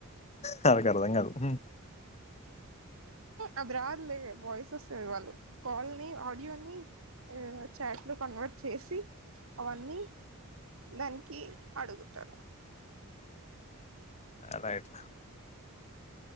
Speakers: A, on the left; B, on the right.
A: వాళ్ళకు అర్థం కాదు హు
B: అది రాదులే వాయిస్ వస్తది వాళ్ళు కాల్ నీ ఆడియో నీ ఉ చాట్లు కన్వర్ట్ చేసి అవన్నీ దానికి అడుగుతారు
A: అడైట్లా